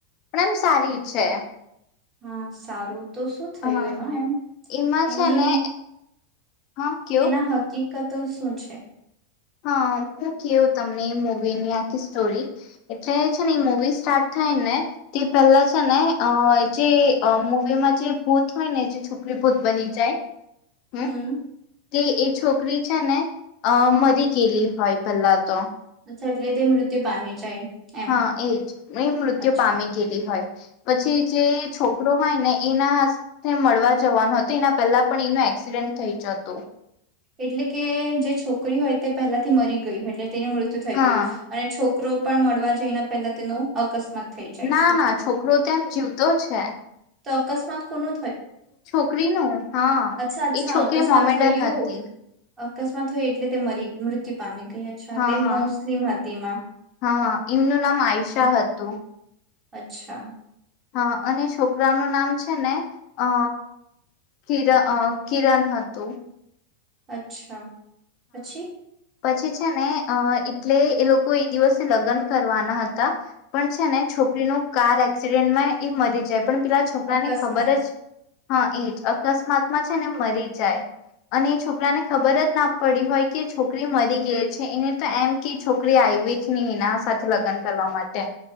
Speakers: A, on the left; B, on the right.
A: પણ એમ સારી છે
B: હા સારું તો શું થયું
A: હા
B: એમાં એમ
A: એમાં
B: એની
A: છે ને હા કયો
B: એના હકીક કતો શું છે
A: હ હું કેવું તમને એ મુવીની આખી સ્ટોરી એટલે છે ને એ મુવી સ્ટાર્ટ થાય ને તે પહેલા છે ને અ જે મૂવીમાં જે ભૂત હોય ને જે છોકરી ભૂત બની જાય હમ્મ
B: હમ
A: તે એ છોકરી છે ને અ મરી કેલી હોય પેલા તો
B: અચ્છા એટલે તે મૃત્યુ પામી જાય એમ
A: હા એજ એ મૃત્યુ
B: અચ્છા
A: પામી ગયેલી હોય પછી જે છોકરો હોય ને એના મળવા જવાનું હતું એના પહેલા પણ એનો એક્સિડેન્ટ થઈ જ હતો
B: એટલે કે જે છોકરી હોય તે પહેલાથી મરી ગય એટલે તેનું મૃત્યુ થઈ
A: હા
B: ગયું અને છોકરો પણ મળવા જઈને પેલા તેનું અકસ્માત થઈ જાય
A: ના
B: છે
A: ના છોકરો તો એમ જીવ તો છે
B: તો અકસ્માત કોનો
A: છોકરીનું હા
B: અચ્છા અચ્છા
A: એ છોકરી
B: અકસ્માત
A: મોમેડન
B: થયું
A: હતી
B: અકસ્માત હોય એટલે તે મરી મૃત્યુ પામી ગઈ અચ્છા
A: હા
B: તે
A: હા
B: મુસ્લિમ હતી માં
A: હા હા એમનું નામ આયશા
B: અચ્છા
A: હતું
B: અચ્છા
A: હા અને છોકરાનું નામ છે ને અ કીરા અ કીરણ હા તો
B: અચ્છા પછી?
A: પછી છે ને અ એટલે એ લોકો એ દિવસે લગ્ન કરવાના હતા પણ છે ને છોકરી ન કાર એક્સિડેન્ટમાં એ મરી જાય પણ. પેલા છોકરા
B: અકસ્માત
A: ને ખબર જ હા એ જ અકસ્માતમાં છે ને મરી જાય અને એ છોકરાને ખબર જ પડી હોય કે છોકરી મરી ગઈ છે એને તો એમ કે છોકરી આવી જ નહી એના સાથે લગ્ન કરવા માટે.